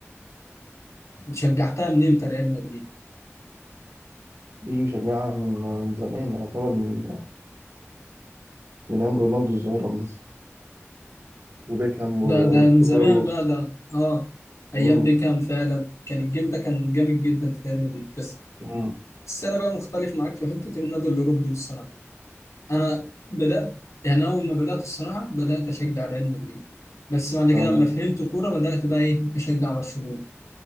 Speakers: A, on the left; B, on the right.
A: شجعتها من امتى ريال مدريد
B: دي مشجعه من من زمان يعني يعتبر من من ايام رونالدو الظاهره مثلا وبيكهام
A: ده
B: وروبرتو
A: ده من زمان
B: كارلوس
A: بقى ده اه ايام
B: مم.
A: بيكهام فعلا كان الجيل ده كان جامد جدا في ريال مدريد بس
B: مم.
A: بس انا بقى مختلف معاك في حته النادي الاوروبي الصراحه انا بدات يعني اول ما بدات الصراحه بدات اشجع ريال مدريد بس بعد كده
B: اه
A: لما فهمت كوره بدات بقى ايه اشجع برشلونه